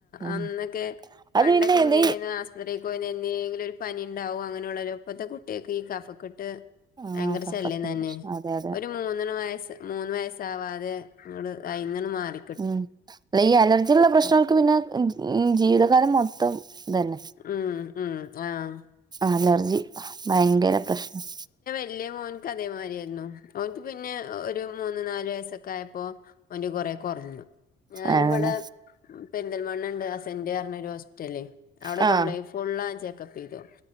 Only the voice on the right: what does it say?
ഉം
അത്
പിന്നെ
എന്ത
ആഹ്
കഫത്തിന്റെ
പ്രശ്നം അതെ അതെ
ഉം അല്ല ഈ അലർജിള്ള പ്രശ്നങ്ങൾക്ക് പിന്നെ മ് ജീവിതകാലം മൊത്തം ഇതന്നെ.
അലർജി ഭയങ്കര പ്രശ്നം
അതന്നെ
ആഹ്